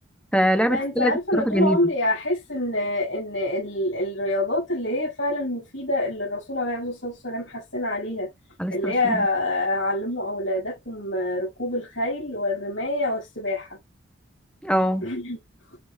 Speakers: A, in the centre; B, on the left.
A: فلعبه
B: لا
A: السله
B: انت عارفة
A: دي
B: انا
A: بصراحه
B: طول
A: جميله
B: عمري احس ان ان ال- الرياضات اللي هي فعلا مفيدة اللي الرسول عليه الصلاة والسلام حثنا عليها
A: على لسه
B: اللي
A: بس
B: هي آه، علموا أولادكم آه، ركوب الخيل والرماية والسباحة
A: اه
B: <clears throat>